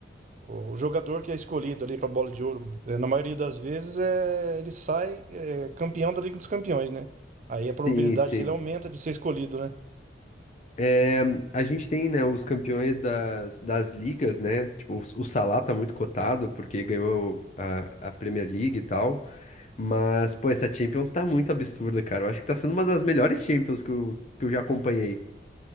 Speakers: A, on the right; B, on the left.
A: o, o jogador que é escolhido ali para bola de ouro, eh, na maioria das vezes, é, ele sai eh, campeão da Liga dos Campeões, né? Aí a probabilidade
B: Sim, sim.
A: dele aumenta de ser escolhido, né?
B: É, a gente tem, né, os campeões das, das ligas, né? Tipo, o Salah tá muito cotado, porque ganhou a, a Premier League e tal. Mas, pô, essa Champions tá muito absurda, cara. Eu acho que tá sendo uma das melhores Champions que eu, que eu já acompanhei.